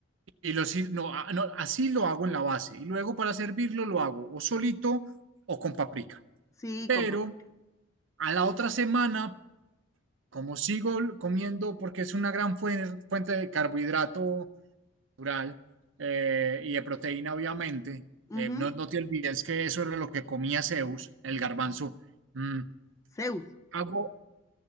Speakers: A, on the right; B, on the left.
A: y lo sir- no, a- no, así lo hago en la base. Y luego para servirlo lo hago o solito o con paprika.
B: Sí,
A: Pero
B: con páprica.
A: a la otra semana, como sigo comiendo, porque es una gran fuen- fuente de carbohidrato, natural eh, y de proteína, obviamente.
B: Ujú.
A: Eh, no, no te olvides que eso era lo que comía Zeus, el garbanzo. Mm,
B: Zeus.
A: hago,